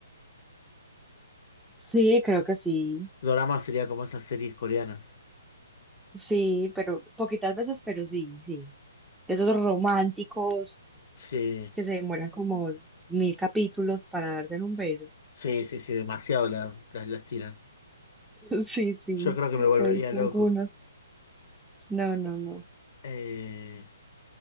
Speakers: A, in the centre; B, on the left (about 50°).
A: Sí, creo que sí.
B: Dorama sería como esas series coreanas.
A: Sí, pero poquitas veces, pero sí, sí. De Esos románticos
B: Sí,
A: que se demoran como mil capítulos para darse en un beso.
B: sí, sí, sí, demasiado la- las las tiran.
A: <laughs> Sí, sí,
B: Yo creo que me volvería
A: he visto
B: loco.
A: algunos. No, no, no.
B: Eh,